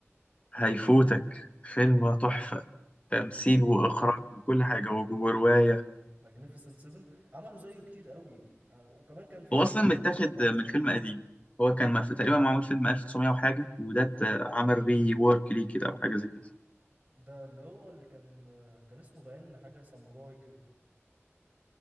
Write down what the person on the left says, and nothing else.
هيفوتك فيلم تحفه تمثيل
واخراج وكل حاجه وجوه روايه
هو
اصلا
متاخد
من
فيلم قديم هو كان مف... تقريبا معمول فيلم 1900 وحاجه وده ت- عمل ري وورك ليه كده او حاجه زي كده